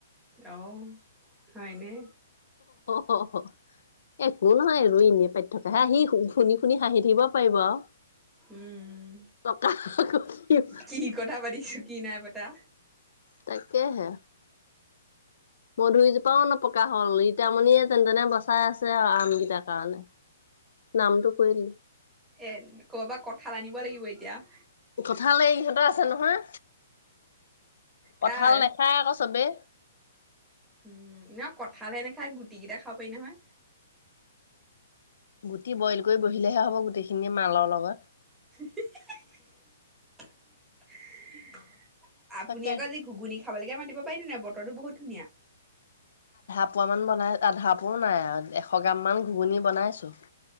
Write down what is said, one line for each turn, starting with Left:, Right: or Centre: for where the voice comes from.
Centre: অঁহ। হয়নে?
Left: অ' অ, একো নহয় ইনে পাতিথকা হে আহি, ই শুনি শুনি হাঁহি থাকিব পাৰিব আৰু।
Centre: উম
Left: পকা কৰিম
Centre: কি কথা পাতিছো, কি নাই পাত বা
Left: তাকাকেহে মধুৰিজোপাও নপকা হ'ল, ৰীতামণিয়ে যেন তেনে বচাই আছে আৰু আমকেইটাৰ কাৰণে, নামটো কৰিলো
Centre: এ কৰ'বাত কথাাল আনিব লাগিব এতিয়া
Left: কঠাল এ' ইহঁতৰ আছে নহয়।
Centre: কাৰ
Left: কঁঠাল নাখায় আকৌ চবেই।
Centre: উম নহয় কঠালে এনে খাই, গুটিকেইটা খাব পাৰি নহয়।
Left: গুটি বইল কৰি বহিলেহে হ'ব, গোটেইখিনিে মালৰ লগত।
Centre: <unintelligible> উ <unintelligible> আপুনি
Left: তাকে
Centre: আকৌ আজি ঘুগুনি খাবলৈকে মাতিব পাৰি ন নাই, বতৰো বহুত ধুনীয়া।
Left: ভোপোৱা মান বনাই, আধা কাপোৰো নাই আৰু, এশ গ্ৰামান ঘুগুনি বনাইছো